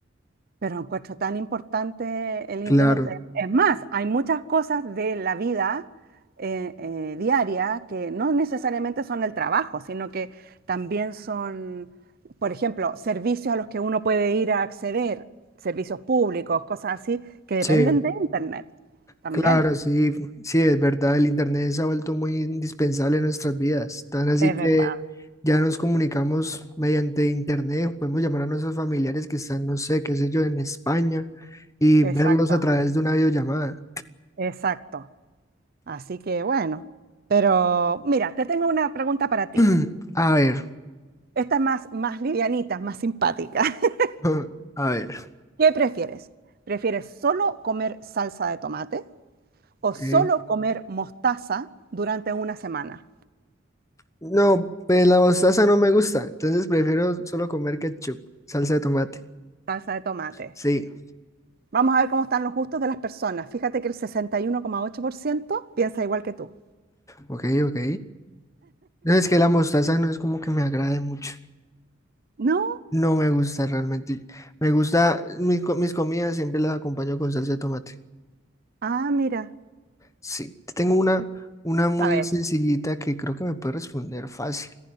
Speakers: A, on the right (about 50°); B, on the left (about 15°).
A: Pero encuentro tan importante el
B: Claro,
A: Internet. Es más, hay muchas cosas de la vida eh, eh, diaria que no necesariamente son el trabajo, sino que también son, por ejemplo, servicios a los que uno puede ir a acceder, servicios públicos, cosas así, que dependen
B: sí,
A: de Internet también.
B: Claro, sí, sí, es verdad, el Internet se ha vuelto muy indispensable en nuestras vidas, tan así
A: Es
B: que
A: verdad,
B: ya nos comunicamos mediante Internet, podemos llamar a nuestros familiares que están, no sé, qué sé yo, en España y
A: exacto.
B: verlos a través de una videollamada.
A: Exacto. Así que bueno, pero mira, te tengo una pregunta para ti.
B: <clears throat> A ver,
A: Esta es más, más livianita, más simpática. <laughs>
B: <laughs> a ver,
A: ¿Qué prefieres? ¿Prefieres solo comer salsa de tomate o
B: ok.
A: solo comer mostaza durante una semana?
B: No, pues la mostaza no me gusta, entonces prefiero solo comer ketchup, salsa de tomate.
A: Salsa de tomate.
B: Sí,
A: Vamos a ver cómo están los gustos de las personas. Fíjate que el sesenta y uno coma ocho por ciento piensa igual que tú.
B: ok, ok. No, es que la mostaza no es como que me agrade mucho.
A: ¿No?
B: No me gusta realmente. Me gusta, mis, co- mis comidas siempre las acompaño con salsa de tomate.
A: Ah, mira.
B: Sí, tengo una, una muy
A: A No. ver,
B: sencillita que creo que me puede responder fácil.